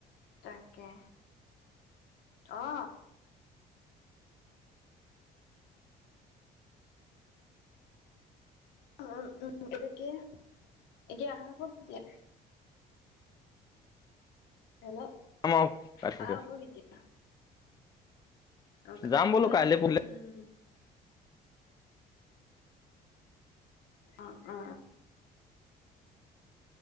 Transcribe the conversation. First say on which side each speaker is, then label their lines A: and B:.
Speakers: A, on the left; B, on the left.
A: তাকে অ। উ এইটো কি এতিয়া অহা হব কেতিয়া? হেল্ল'
B: যাম আৰু।
A: অহা হ'ব কেতিয়া? অ', কাইলৈতো
B: যাম বোলো
A: আহিব
B: কাইলে বোলে।
A: উম, অ উ